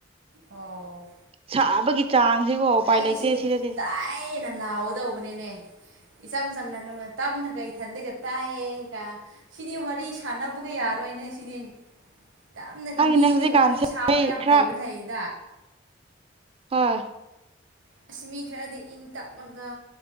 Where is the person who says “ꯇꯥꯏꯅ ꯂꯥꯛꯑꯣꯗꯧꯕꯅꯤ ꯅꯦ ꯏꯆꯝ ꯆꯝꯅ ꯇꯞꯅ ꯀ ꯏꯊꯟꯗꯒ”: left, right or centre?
Right